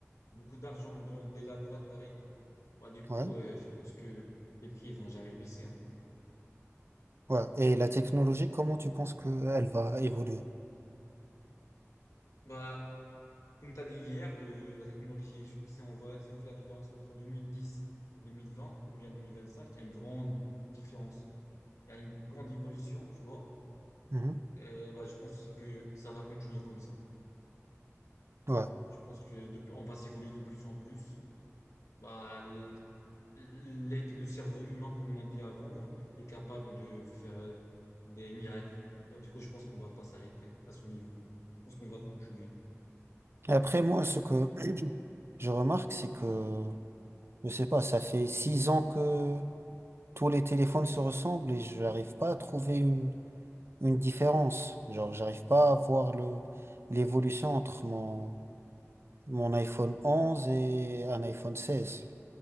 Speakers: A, on the left; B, on the right.
A: beaucoup d'argent dans des laboratoires et tout, bah, du coup,
B: ouais,
A: euh, je pense que les prix ils vont jamais baisser. hein.
B: ouais. Et la technologie, comment tu penses qu'elle va évoluer?
A: Bah, comme tu as dit hier, euh, la technologie, juste si on voit, si on fait la différence entre 2010 et 2020, ou bien 2025, il y a une grande différence. Il y a une grande évolution, tu vois.
B: Mhm,
A: Euh, bah, je pense que ça va continuer comme ça.
B: ouais.
A: Je pense que de plus- on va s'évoluer de plus en plus. Bah, l- l'être- le cerveau humain, comme on a dit avant, est capable de faire euh, des miracles. Alors, du coup, je pense qu'on va pas s'arrêter à ce niveau. Je pense qu'on va continuer.
B: Et après, moi, ce que <clears throat> je remarque, c'est que, je sais pas, ça fait six ans que tous les téléphones se ressemblent et je n'arrive pas à trouver une différence. Genre, j'arrive pas à voir le, l'évolution entre mon, mon iPhone 11 et un iPhone 16.